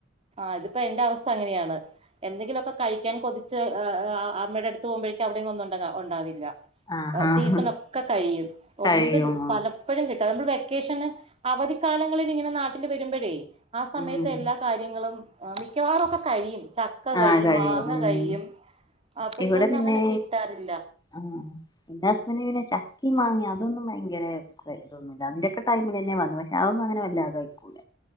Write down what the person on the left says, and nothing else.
ആഹ് ആഹ്
കഴിയും
ഉം
ആഹ്
ഉം
ഇവിടെ
പിന്നെ
ആഹ് ന്റെ ഹസ്ബൻ്റിന് പിന്നെ ചക്കേ മാങേമം അതൊന്നും ഭയങ്കര <unintelligible> ന്നുല. അതിന്റെക്ക ടൈമിലെന്നെ വന്ന പക്ഷേ അതന്നും അങ്ങനെ വല്ലാതെ കഴിക്കൂല.